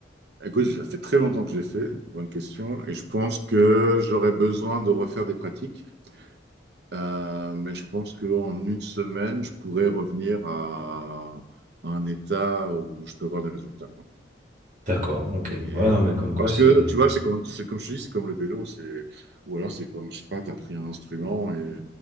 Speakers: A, on the right (about 60°); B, on the right (about 40°).
A: Écoute, ça fait très longtemps que j'ai fait, bonne question, et je pense que j'aurais besoin de refaire des pratiques, Euh, mais je pense qu'en une semaine, je pourrais revenir à, à un état où je peux avoir des résultats.
B: D'accord, ok.
A: Et
B: Ouais, non, mais comme quoi,
A: parce
B: c'est...
A: que, tu vois, c'est comme, c'est comme je te dis, c'est comme le vélo, c'est, ou alors c'est comme, je sais pas, t'as pris un instrument et